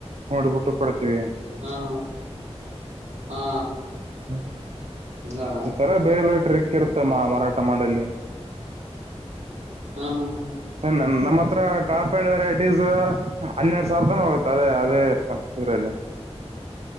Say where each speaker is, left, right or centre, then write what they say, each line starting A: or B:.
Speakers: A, on the right; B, on the right.
A: ನೋಡ್ಬಿಟ್ಟು ಕೊಡ್ತೀವಿ.
B: ಹಾ ಹಾ ಹಾ.
A: ಹ್ಮ.
B: ಹಂಗಣ
A: ಈ ತರ ಬೇರೆ ಬೇರೆ ಟ್ರಿಕ್ ಇರುತ್ತೆ ಮಾ ಮರಾಟ ಮಾಡಲಿ.
B: ಹಾ ಹಾ.
A: ನಮ್ಮ ಹತ್ರ ಟಾಪ್ ಪ್ಯಾಂಟ್ <unintelligible> ಫೀಸು ಹನ್ನೆರಡು ಸಾವಿರ ರೂಪಾಯಿ ಏನೋ ಹೋಗುತ್ತೆ ಅದೇ ಅದೇ ಹತ್ರ. ಯಾದ್ರಲ್ಲಿ.